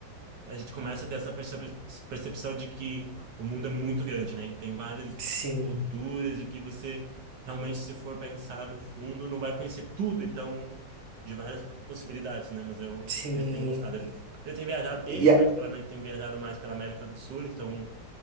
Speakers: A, on the right; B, on the right.
A: a gente começa a ter essa percep- percepção de que o mundo é muito grande, né? E tem várias
B: sim,
A: culturas e que você realmente, se for pensar no fundo, não vai conhecer tudo, então, de várias p- possibilidades, né? Mas eu,
B: sim.
A: eles têm gostado. Eles, eles têm viajado, eles
B: E, a-
A: particularmente têm viajado mais pela América do Sul, estão,